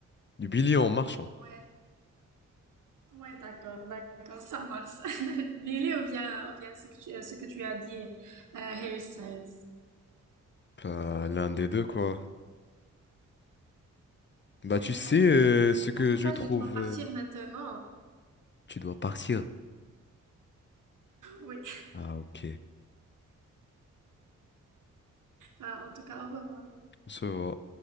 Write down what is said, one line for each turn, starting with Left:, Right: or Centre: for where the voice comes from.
Left: Du billet en marchant.
Right: Ouais, Ouais, d'accord, d'accord, ça marche. <laughs> Billy, on vient, on vient à ce que tu, à ce que tu as dit, euh, Harry Styles.
Left: Bah, l'un des deux, quoi. Bah,
Right: <laughs>
Left: tu sais
Right: D'accord.
Left: euh, ce que
Right: En tout
Left: je
Right: cas,
Left: trouve.
Right: je dois partir
Left: euh,
Right: maintenant.
Left: Tu dois partir.
Right: Oui.
Left: Ah, ok.
Right: Euh, en tout cas, au revoir.
Left: On se voit.